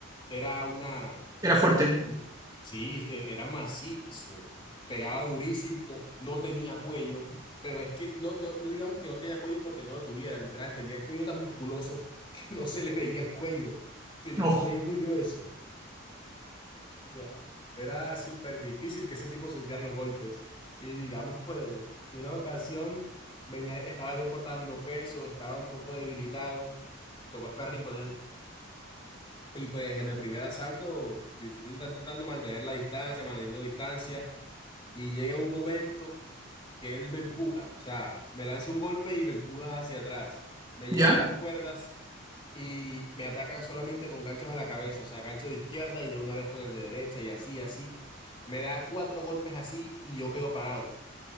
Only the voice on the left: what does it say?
era una,
un- sí, este, era macizo, pegaba durísimo, no tenía cuello, pero es que no, no, no digamos que no tenía cuello porque no lo tuviera, literal, tenía el cuello tan musculoso que <laughs> no se le veía el cuello, tenía
el cuello muy grueso, o sea, era súper difícil que ese tipo sintiera los golpes. Y digamos, pues, una ocasión venía, estaba yo cortando peso, estaba un poco debilitado, tocó sparring con él. Y pues en el primer asalto, intentando tratando de mantener la distancia, manteniendo distancia, y llega un momento que él me empuja, o sea, me lanza un golpe y me empuja hacia atrás, me lleva
a las cuerdas y me ataca solamente con ganchos a la cabeza, o sea, gancho de izquierda y de una vez con el de derecha y así, así. Me da cuatro golpes así y yo quedo parado,